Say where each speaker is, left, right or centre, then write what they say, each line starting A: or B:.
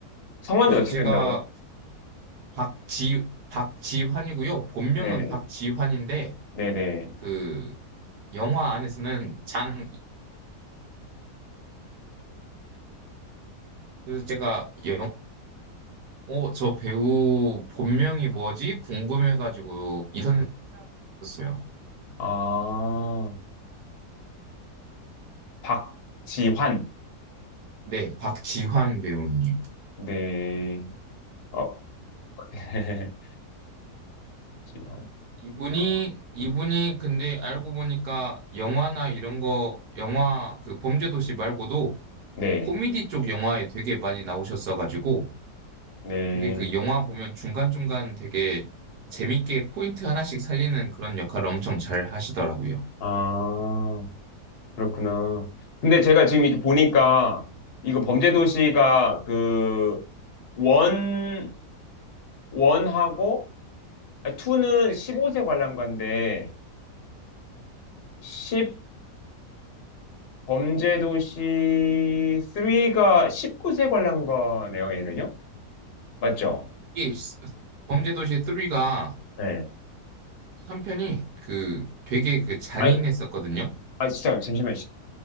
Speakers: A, on the left (about 45°); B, on the right (about 70°).
A: 성함이
B: 그래서
A: 어떻게
B: 제가
A: 된다고요?
B: 박지 박지환이고요. 본명은
A: 네네.
B: 박지환인데
A: 네네.
B: 그 영화 안에서는 장 그래서 제가 영화 어, 저 배우 본명이 뭐지? 궁금해가지고 인터넷에 찾아봤었어요.
A: 아. 박지환.
B: 네, 박지환 배우님.
A: 네. 어. <laughs> 지환.
B: 이분이
A: 어,
B: 이분이 근데 알고 보니까 영화나 이런 거 영화 그 범죄도시 말고도
A: 네.
B: 코미디 쪽 영화에 되게 많이 나오셨어가지고
A: 네.
B: 되게 그 영화 보면 중간중간 되게 재밌게 포인트 하나씩 살리는 그런 역할을 엄청 잘 하시더라고요.
A: 아, 그렇구나. 근데 제가 지금 이렇게 보니까 이거 범죄도시가 그 원, 원하고 아, 투는
B: 네.
A: 15세 관람가인데 10 범죄도시 3가 19세 관람가네요, 얘는요? 맞죠?
B: 이게 범죄도시 3가
A: 네.
B: 한 편이 그 되게 그 잔인했었거든요.
A: 아니, 아 진짜 잠시만.